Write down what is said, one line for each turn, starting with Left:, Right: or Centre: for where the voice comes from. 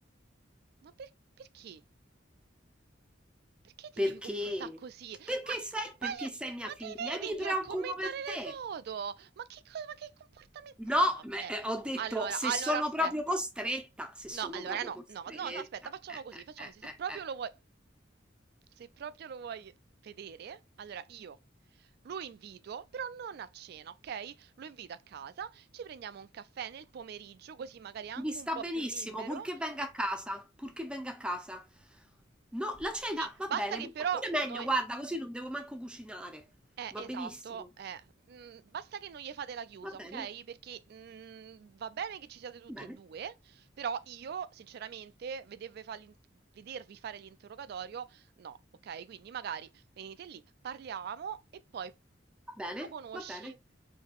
Right: Ma per- perché? Perché ti
Centre: Perché?
Right: devi comportare così? Ma,
Centre: Perché sei, perché
Right: ma, io-
Centre: sei mia
Right: ma
Centre: figlia
Right: te
Centre: e
Right: devi
Centre: mi
Right: mettere
Centre: preoccupo
Right: a commentare
Centre: per te.
Right: le foto? Ma che cosa, ma che comportamento?
Centre: No,
Right: Ma no, vabbè,
Centre: ma, eh, ho detto
Right: allora,
Centre: se
Right: allora
Centre: sono
Right: aspetta.
Centre: proprio costretta, se
Right: No,
Centre: sono
Right: allora
Centre: proprio
Right: no,
Centre: costretta.
Right: no, no, no, aspetta, facciamo
Centre: eh,
Right: così,
Centre: eh,
Right: facciamo così.
Centre: eh, eh,
Right: Se proprio
Centre: eh.
Right: lo vuoi, se proprio lo vuoi vedere, allora io lo invito, però non a cena, ok? Lo invito a casa, ci prendiamo un caffè nel pomeriggio, così magari è anche
Centre: Mi sta
Right: un po'
Centre: benissimo,
Right: più libero.
Centre: purché venga a casa, purché venga a casa. No, la cena
Right: Sì,
Centre: va
Right: basta
Centre: bene,
Right: che però
Centre: ma pure meglio,
Right: noi...
Centre: guarda, così non devo manco cucinare.
Right: Eh,
Centre: Va
Right: esatto,
Centre: benissimo.
Right: eh. Mm, basta che non gli fate la chiusa,
Centre: Va
Right: ok?
Centre: bene,
Right: Perché mm, va bene che ci siate tutte
Centre: va bene,
Right: e due, però io, sinceramente, vedervi, fa l'in- vedervi fare l'interrogatorio, no, ok? Quindi magari venite lì, parliamo e poi
Centre: va bene,
Right: lo conosci.
Centre: va bene.